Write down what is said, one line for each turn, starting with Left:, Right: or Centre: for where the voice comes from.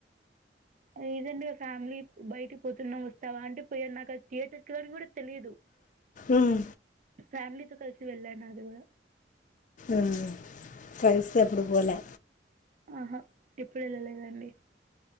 Right: రీసెంట్గా ఆ ఫ్యామిలీ బయటకి పోతున్నాం వస్తావా అంటే పోయిన నాకు థియేటర్ కి అని కూడా తెలిదు
Left: ఉమ్,
Right: ఫ్యామిలీతో కలిసి వెళ్ళాను. అది కూడా
Left: ఉమ్ ఫ్రెండ్స్తో ఎప్పుడు పోలే
Right: ఆహా ఎప్పుడు వెళ్ళలేదండి.